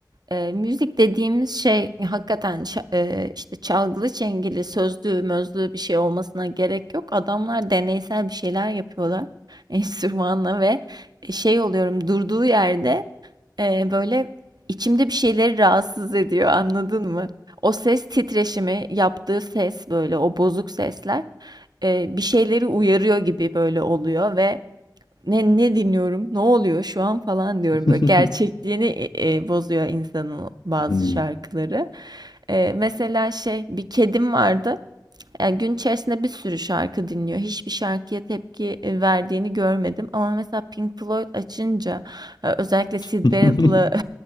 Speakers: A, on the right; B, on the left.
A: eee, müzik dediğimiz şey hakikaten ça eee, işte çalgılı çengeli, sözlü mözlü bir şey olmasına gerek yok. Adamlar deneysel bir şeyler yapıyorlar <laughs> enstrümanla ve, şey oluyorum durduğu yerde Ee, böyle içimde bir şeyleri rahatsız ediyor anladın mı? O ses titreşimi, yaptığı ses böyle o bozuk sesler e, bir şeyleri uyarıyor gibi böyle oluyor ve ne ne dinliyorum, ne oluyor şu an falan diyorum
B: <laughs>
A: böyle gerçekliğini e, e, bozuyor insanın bazı
B: Hmm.
A: şarkıları. Ee, mesela şey bir kedim vardı. Yani gün içerisinde bir sürü şarkı dinliyor. Hiçbir şarkıya tepki e, verdiğini görmedim. Ama mesela Pink Floyd açınca, e, özellikle Sid
B: <laughs>
A: Barrett'lı